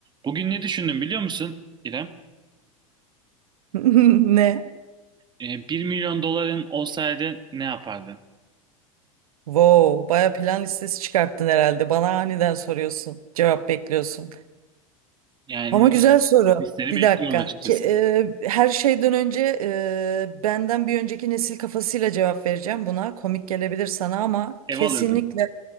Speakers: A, on the right; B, on the right.
A: Bugün ne düşündüm biliyor musun İrem?
B: <laughs> Ne?
A: Ee, 1 milyon doların olsaydı ne yapardın?
B: Wow, baya plan listesi çıkarttın herhalde. Bana aniden soruyorsun, cevap bekliyorsun.
A: Yani
B: Ama güzel
A: lis-
B: soru.
A: listeni
B: Bir
A: bekliyorum
B: dakika.
A: açıkçası.
B: Ke- e, her şeyden önce e, benden bir önceki nesil kafasıyla cevap vereceğim buna. Komik gelebilir sana ama
A: Ev
B: kesinlikle
A: alırdım.